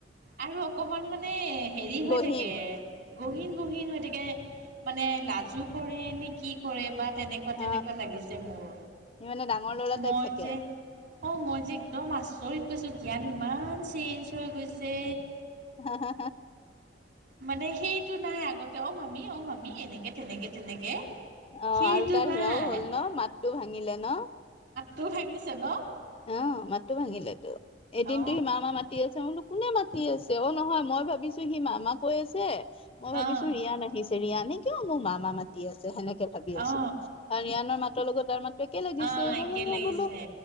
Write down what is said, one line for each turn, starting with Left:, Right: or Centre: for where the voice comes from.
Right: আৰু অকমান মানে হেৰি হৈ
Left: গহীন
Right: থাকে। গহীন গহীন হৈ থাকে মানে লাজু কৰে নে কি কৰে বা? নো
Left: অ
Right: তেনেকুৱা লাগিছে মোৰ।
Left: সি মানে ডাঙৰ ল'ৰা
Right: মই
Left: টাইপ থাকে
Right: যে
Left: আৰু
Right: অ' মই যে এক্দম আচৰিত পাইছো জ্ঞান ইমান চেঞ্জ হৈ গৈছে।
Left: হা হা
Right: মানে সেইটো নাই। আগতে অ মামি অ মামি এনেকে তেনেকে তেনেকে
Left: অ'
Right: সেইটো
Left: আৰু তাৰ
Right: নাই
Left: সেয়াও হ'ল ন মাতটো ভাঙিলে ন
Right: তোৰ ভাঙিছে ন?
Left: অ' মতো ভাগিলেতো। এদিনতো
Right: অ
Left: সি মা মা মাতি আছে মোলো কোনে মাতি আছে অ' নহয় মই ভাবিছো। সি মামা কৈ আছে মই ভাবিছো
Right: অ
Left: ৰিয়ান আহিছে। ৰিয়ানে কিয় মোৰ মামা মাতি আছে সেনেকে ভাবি আছোঁ‌
Right: অ
Left: আৰু ৰিয়ানৰ মাতৰ লগত তাৰ মাতো একে লাগিছে
Right: অ একে লাগিছে
Left: বোলো।